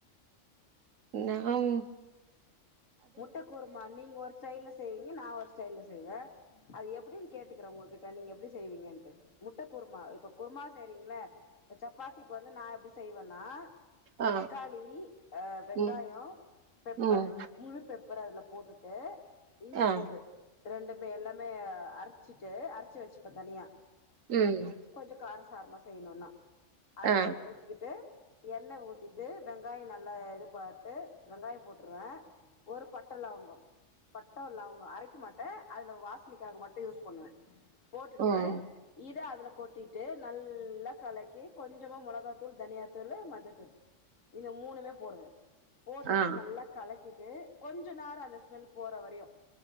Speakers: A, on the right; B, on the left.
A: ந உம்
B: முட்ட குருமா நீங்க ஒரு ஸ்டைல்ல செய்வீங்க நா ஒரு ஸ்டைல்ல செய்வன் அது எப்டின்னு கேட்டுக்கற உங்க கிட்ட நீங்க எப்டி செய்வீங்கன்ட்டு முட்ட குருமா இப்ப குரும செய்றீங்ள இப்ப சப்பாத்திக்கு வந்து நா எப்டி செய்வ னா
A: ஆ
B: தக்காளி அ வெங்காயம்
A: ம்
B: பெப்பரு
A: ம்
B: தூள் பெப்பர்ர அதுல போட்டுட்டு இஞ்சி
A: ஆ
B: பூண்டு ரெண்டுமே எல்லாமே அரச்சிட்டு அரச்சு வச்சுப்பென் தனியா
A: ம்
B: கொஞ்ஜோ கார காரமா செய்ணுனா அத
A: ஆ
B: கொ வெச்சுக்கிட்டு எண்ணெ ஊத்திட்டு வெங்காயம் நல்லா இது பாட்டு வெங்காயம் போட்டுருவன் ஒரு பட்டலவங்கொ பட்ட லவங்கம் அரைக்க மாட்ட அதுல வாஷ்னைக்காக மட்டு யூஸ் பண்ணுவன் போட்டுட்டு
A: ம்
B: இத அதுல கொட்டிட்டு நல்லா கலக்கி கொஞ்சமா மொளகாத்தூள் தனியாத்தூளு மஞ்சத்தூள் இந்த மூணுமே போடுவே போட்டுட்டு
A: ஆ
B: நல்லா கலக்கிட் ட்டு கொஞ்சோ நேரோ அந்த ஸ்மெல் போற வரையு